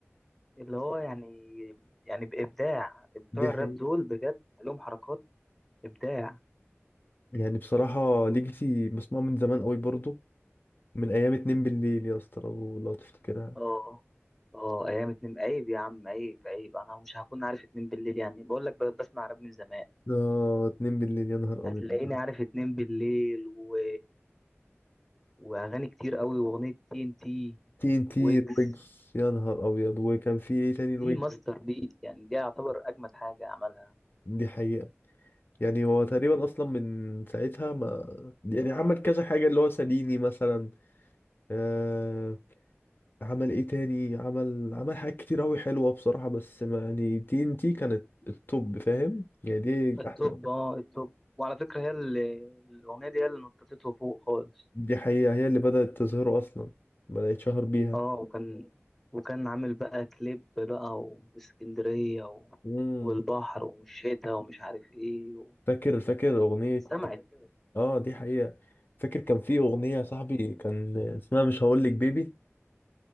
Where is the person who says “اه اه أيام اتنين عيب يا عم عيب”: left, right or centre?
Centre